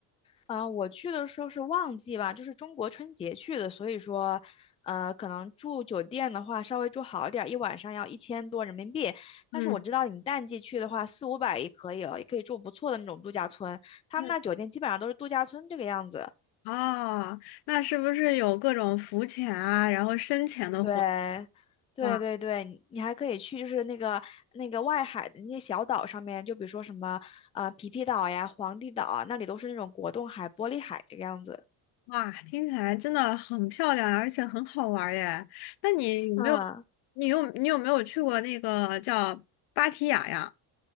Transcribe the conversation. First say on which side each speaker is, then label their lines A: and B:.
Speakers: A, on the left (about 15°); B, on the left (about 70°).
A: 啊、我去的时候是旺季吧，就是中国春节去的，所以说，呃，可能住酒店的话稍微住好一点儿，一晚上要一千多人民币。
B: 嗯
A: 但是我知道你淡季去的话，四五百也可以了，也可以住不错的那种度假村。他们那酒店基本上都是度假村这个样子。
B: 嗯。哦，那是不是有各种浮潜啊，然后深潜的活动
A: 对，对对对，
B: 哇
A: 你你还可以去，就是那个那个外海的那些小岛上面，就比如说什么啊、皮皮岛呀、皇帝岛啊，那里都是那种果冻海、玻璃海这个样子。
B: 哇，听起来真的很漂亮，而且很好玩儿耶！那你有没有，
A: 嗯
B: 你有你有没有去过那个叫芭提雅呀？